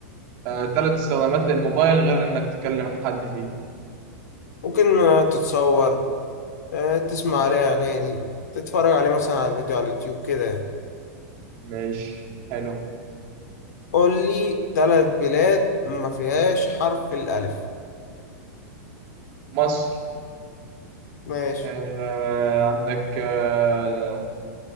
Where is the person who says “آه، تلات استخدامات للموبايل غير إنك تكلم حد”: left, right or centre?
Right